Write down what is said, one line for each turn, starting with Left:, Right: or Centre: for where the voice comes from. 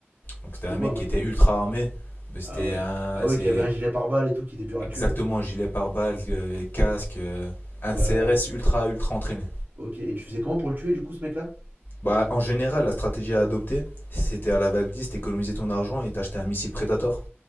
Left: Donc
Right: C'était
Left: c'était un
Right: quoi
Left: mec
Right: un mastodonte?
Left: qui était ultra armé, mais c'était
Right: Ah ouais.
Left: un
Right: Ah ouais,
Left: c'est
Right: qui avait un gilet pare-balles et tout, qui était dur à
Left: exactement
Right: tuer.
Left: un gilet pare-balles, euh, casque, euh, un
Right: Ouais.
Left: CRS ultra ultra entraîné.
Right: Ok. Et tu faisais comment pour le tuer, du coup, ce mec-là?
Left: Bah, en général, la stratégie à adopter, c'était à la vague 10, t'économisais ton argent et t'achetais un missile Predator.